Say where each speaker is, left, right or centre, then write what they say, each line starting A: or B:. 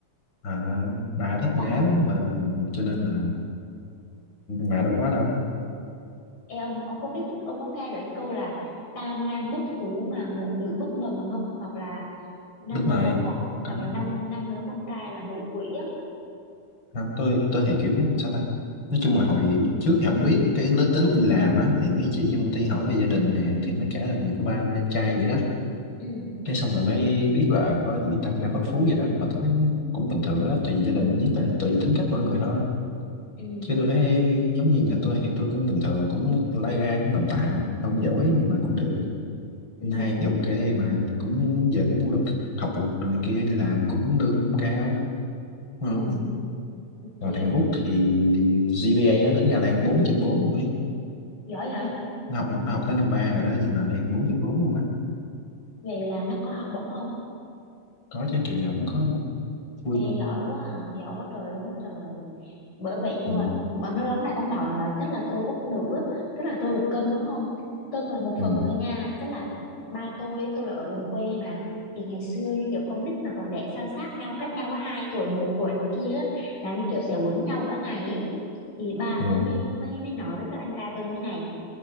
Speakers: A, on the left (about 35°); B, on the left (about 75°).
A: à, bà thích
B: Ba...
A: con gái lắm mà cho nên là
B: ừm,
A: mà đâu có đâu
B: Ê ông, ông có biết, ông có nghe được cái câu là tam nam bất phú mà ngũ nữ bất bần không? Hoặc là năm
A: đúng
B: đứa
A: rồi
B: con trai,
A: có
B: hoặc là năm năm đứa con trai là ngũ quỷ á.
A: không tôi tôi thì kiểu sao ta nói chung là hồi lúc trước thì không biết cái lúc- tới lúc đi làm á thì mấy chị trong công ty hỏi về gia đình nè thì mấy kể là nhà có ba anh em trai gì đó
B: Ừ,
A: cái xong rồi mới biết là có gì tam nam bất phú gì đó mà tôi thấy cũng bình thường đó tùy gia đình với tại tùy tính cách mỗi người thôi
B: ừ,
A: chứ tôi thấy giống như nhà tôi thì tôi cũng bình thường cũng mức lai rai cũng tạm tạm không giỏi nhưng mà cũng được
B: ừ,
A: Anh hai thì ok mà cũng giờ cũng lực học lực rồi này kia đi làm cũng lương cũng cao đúng
B: ừ,
A: không
B: ok.
A: rồi thằng Út thì GPA nó tính ra đang 4 trên 4 luôn ấy
B: Giỏi hả?
A: nó học nó học tới năm ba rồi đó nhưng mà đang 4 trên 4 luôn á
B: Vậy là nó có học bổng không?
A: có chứ kỳ nào cũng có luôn full
B: Ê,
A: luôn
B: giỏi quá à, giỏi quá trời luôn á trời. bởi vậy nhưng
A: ừ.
B: mà mà mấy lúc này ông bảo là tức là tôi út nữ á, tức là tôi được cân đúng không cân là một
A: Ừ.
B: phần thôi nha tức là ba tôi á, tôi là ở vùng quê mà thì ngày xưa như kiểu con nít mà còn đẻ san sát nhau cách nhau có hai tuổi một tuổi này kia á, là như kiểu sẽ quấn nhau cả ngày ấy. thì ba
A: Ừ.
B: tôi mới mới mới nói với các anh trai tôi như thế này